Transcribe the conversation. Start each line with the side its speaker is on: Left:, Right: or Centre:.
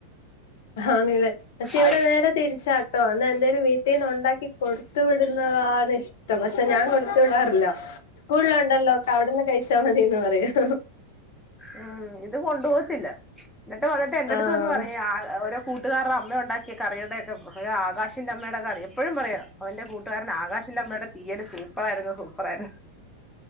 Left: ആണ്ല്ലേ പക്ഷെ ഇവിടെ
Centre: ആ
Left: നേരെ തിരിച്ചാട്ടോ ഒ എന്തേലും വീട്ടിൽന്ന് ഉണ്ടാക്കി കൊടുത്തു വിടുന്നതാണ് ഇഷ്ടം പക്ഷെ ഞാൻ കൊടുത്തു വിടാറില്ല. സ്കൂളിലുണ്ടല്ലോ ഒക്കെ അവിടുന്ന് കഴിച്ചാൽ മതിന്ന് പറയും.
Centre: ഉം ഇത് കൊണ്ടു പോകത്തില്ല എന്നിട്ട് വന്നിട്ട് എന്റെടുത്ത്
Left: ആഹ്
Centre: വന്ന് പറയാ ഓരോ കൂട്ടുകാരുടെ അമ്മ ഉണ്ടാക്കിയ കറിയുടെ ഒക്കെ ആകാശിന്റെ അമ്മയുടെ കറി എപ്പോഴും പറയും അവന്റെ കൂട്ടുകാരൻ ആകാശിന്റെ അമ്മയുടെ തീയല് സൂപ്പർ ആയിരുന്നു സൂപ്പറായിരുന്നു.